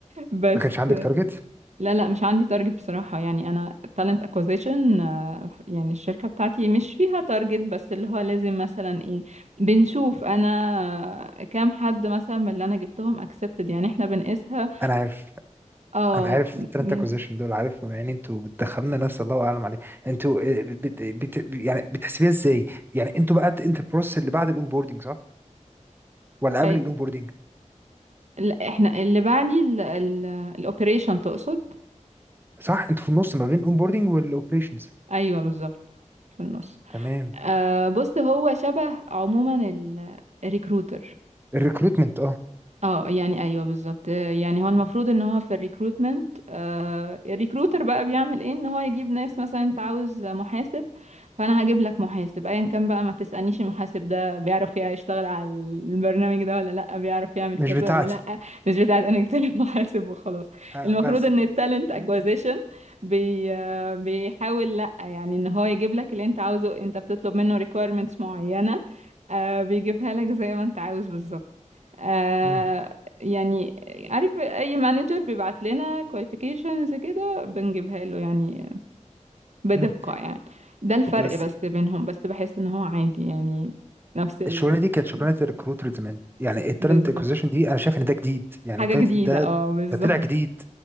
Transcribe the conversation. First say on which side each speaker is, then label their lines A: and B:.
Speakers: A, on the right (about 60°); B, on the right (about 15°).
A: بس
B: ما كانش عندك تارجت
A: لا لا مش عندي تارجت بصراحة يعني أنا talent acquisition آه، ف- يعني الشركة بتاعتي مش فيها تارجت بس اللي هو لازم مثلا ايه بنشوف أنا آه، كام حد مثلا من اللي أنا جبتهم accepted يعني احنا بنقيسها
B: انا عارف
A: اه
B: انا عارف
A: م-
B: التالنت
A: م-
B: اكوزيشن دول عارفهم يعني انتوا بتدخلنا ناس الله اعلم عليه انتوا آه، بت... بت... يعني بتحسبيها ازاي يعني انتوا بقى انت البروسيس اللي بعد الاونبوردنج صح ولا قبل
A: أي-
B: الاونبوردنج
A: لا احنا اللي بعدي ال ال الأوبريشن تقصد
B: صح انتوا في النص ما بين الاونبوردنج والاوبريشنز
A: أيوه بالظبط في النص
B: تمام
A: آه بص هو شبه عموما الريكروتر
B: الريكروتمنت اه
A: اه يعني ايوه بالظبط آه، يعني هو المفروض
B: مم.
A: ان هو في الريكروتمنت آه الريكروتر بقى بيعمل ايه ان هو يجيب ناس مثلا انت عاوز محاسب فانا هجيب لك محاسب ايا كان بقى ما تسألنيش المحاسب ده بيعرف يع- يشتغل على البرنامج ده ولا لا بيعرف يعمل
B: مش
A: كذا
B: بتاعتي
A: ولا لا مش بتاعت انا جبت لك <laughs> محاسب وخلاص
B: آه
A: المفروض
B: بس
A: ان التالنت اكوزيشن بي آه، بيحاول لا يعني ان هو يجيب لك اللي انت عاوزه انت بتطلب منه requirements معينة آه، بيجيبها لك زي ما انت عاوز بالظبط آه
B: مم.
A: يعني عارف اي مانجر بيبعت لنا كواليفيكيشنز كده بنجيبها له يعني بدقة
B: مم.
A: يعني ده الفرق
B: بس
A: بس بينهم بس بحس ان هو عادي يعني نفس الحاجة
B: الشغلانه دي كانت شغلانه الريكروتر زمان يعني التالنت
A: بالظبط
B: اكوزيشن دي انا شايف ان ده جديد يعني
A: حاجة
B: التايتل
A: جديدة
B: ده
A: اه بالظبط
B: ده طلع جديد